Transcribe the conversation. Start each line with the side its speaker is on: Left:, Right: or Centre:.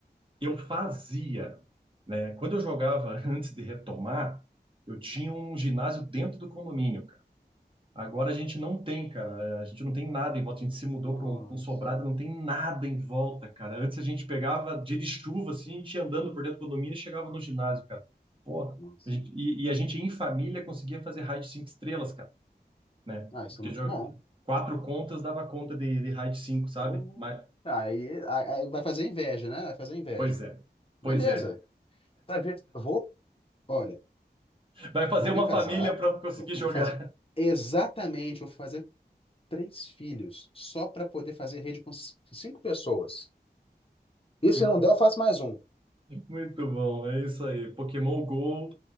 Right: eu fazia, né? Quando eu jogava <laughs> antes de retomar, eu tinha um ginásio dentro do condomínio, cara. Agora a gente não tem, cara. A gente não tem nada em volta. A gente se mudou
Left: Nossa,
Right: para um, pra um sobrado, não tem nada em volta, cara. Antes a gente pegava dia de chuva, assim, a gente ia andando por dentro do condomínio e chegava no ginásio, cara. Pô,
Left: nossa.
Right: a gente- e, e a gente em família conseguia fazer raid cinco estrelas, cara, né?
Left: Ah, isso
Right: Porque
Left: é muito
Right: jo-
Left: bom.
Right: quatro contas dava conta de, de raid cinco, sabe?
Left: Vou-
Right: Mas,
Left: ah, Aí, aí- aí vai fazer inveja, né? Vai fazer inveja.
Right: pois é, pois
Left: Beleza.
Right: é.
Left: Vai ver. Eu Vou, olha,
Right: Vai fazer
Left: vou
Right: uma
Left: me casar,
Right: família para conseguir
Left: vou vou
Right: jogar.
Left: fazer exatamente, vou fazer três filhos só para poder fazer rede com c- cinco pessoas. E se
Right: Muito,
Left: não der, eu faço mais um.
Right: muito bom, é isso aí. Pokémon Go